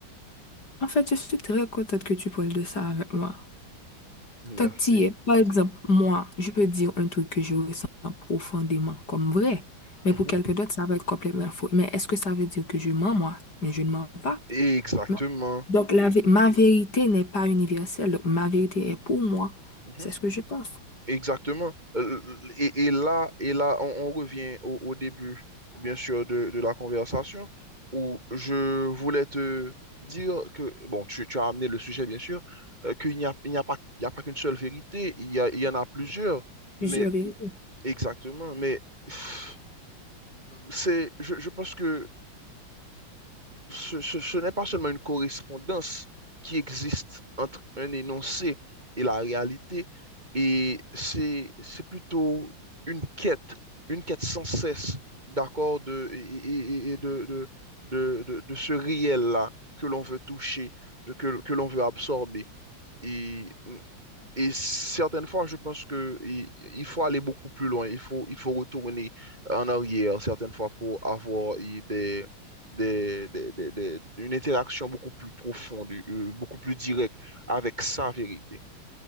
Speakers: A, on the left; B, on the right.
A: En fait, je suis très contente que tu parles de ça avec moi.
B: Merci.
A: Tant que tu y es, par exemple, moi, je peux dire un truc que je ressens profondément comme vrai, mais
B: Mhm.
A: pour quelqu'un d'autre, ça va être complètement faux. Mais est-ce que ça veut dire que je mens, moi? Mais je ne mens pas.
B: Exactement.
A: Non. Donc, la
B: Et-
A: vé- ma vérité n'est pas universelle. Donc, ma vérité est pour moi.
B: mhm.
A: C'est ce que je pense.
B: Exactement. Euh, euh, Et, et là, et là, on, on revient au, au début, bien sûr, de, de la conversation, où je voulais te dire que, bon, tu, tu as amené le sujet, bien sûr, euh, qu'il n'y a, il n'y a pas, il n'y a pas qu'une seule vérité, il y a- il y en a plusieurs,
A: Plusieurs
B: mais
A: vérités.
B: exactement, mais pff, c'est, je, je pense que ce, ce- ce n'est pas seulement une correspondance qui existe entre un énoncé et la réalité, et c'est, c'est plutôt une quête, une quête sans cesse, d'accord, de, et, et- et- de, de, de, de, de ce réel-là que l'on veut toucher, de, que, que l'on veut absorber. Et et certaines fois, je pense que il, il faut aller beaucoup plus loin. Il faut, il faut retourner en arrière certaines fois pour avoir eh, des, des, des- des- des- une interaction beaucoup plus profonde, euh, beaucoup plus directe avec sa vérité.